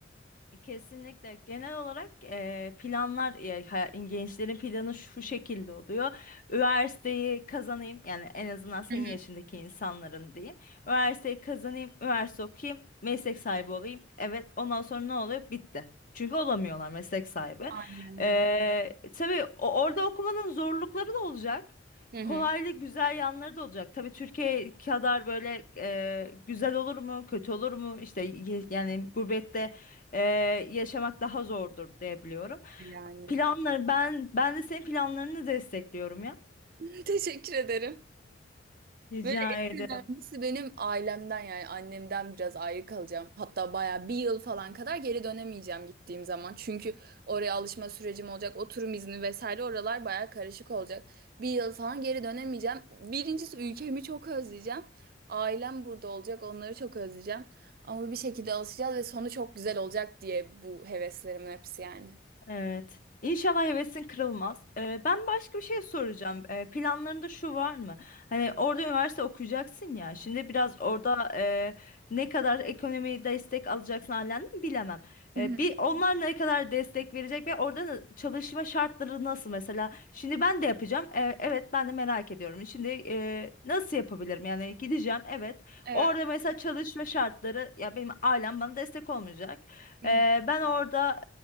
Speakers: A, on the left (about 50°); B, on the right (about 55°).
A: Kesinlikle. Genel olarak eee, planlar e, ha- gençlerin planı şu şekilde oluyor. Üniversiteyi kazanayım yani en azından senin
B: Hı hı.
A: yaşındaki insanların diyeyim. Üniversiteyi kazanayım, üniversite okuyayım, meslek sahibi olayım. Evet, ondan sonra ne oluyor? Bitti. Çünkü olamıyorlar meslek sahibi.
B: Aynen
A: Eee
B: öyle
A: tabii o- orada okumanın zorlukları da olacak.
B: Hı hı.
A: Kolaylı güzel yanları da olacak. Tabii Türkiye kadar böyle eee, güzel olur mu, kötü olur mu? İşte y- yani gurbette e, yaşamak daha zordur diye biliyorum.
B: yani.
A: Planları ben ben de senin planlarını destekliyorum ya.
B: <laughs> Teşekkür ederim.
A: Rica
B: Böyle
A: ederim.
B: en önemlisi benim ailemden yani annemden biraz ayrı kalacağım. Hatta baya bir yıl falan kadar geri dönemeyeceğim gittiğim zaman. Çünkü oraya alışma sürecim olacak, oturum izni vesaire oralar baya karışık olacak. Bir yıl falan geri dönemeyeceğim. Birincisi ülkemi çok özleyeceğim. Ailem burada olacak, onları çok özleyeceğim. Ama bir şekilde alışacağız ve sonu çok güzel olacak diye bu heveslerimin hepsi yani.
A: Evet. İnşallah hevesin kırılmaz. Ee, ben başka bir şey soracağım. Ee, planlarında şu var mı? Hani orada üniversite okuyacaksın ya. Şimdi biraz orada e, ne kadar ekonomiyi destek alacaksın halinden bilemem. Ee,
B: Hı hı,
A: bir onlar ne kadar destek verecek ve orada na- çalışma şartları nasıl mesela? Şimdi ben de yapacağım. Ee, evet ben de merak ediyorum. Şimdi e, nasıl yapabilirim? Yani gideceğim. Evet.
B: Evet.
A: Orada mesela çalışma şartları ya benim ailem bana destek olmayacak.
B: Hı
A: Ee,
B: hı.
A: ben orada